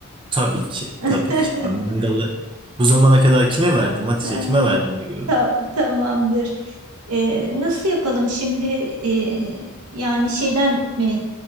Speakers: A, on the right (about 25°); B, on the right (about 85°).
A: tabii ki
B: <laughs>
A: tabii ki. Ben mangalı bu zamana kadar kime verdim Hatice
B: E,
A: kime verdim bir
B: ta- tamamdır. E, nasıl yapalım şimdi? E, yani şeyden mi?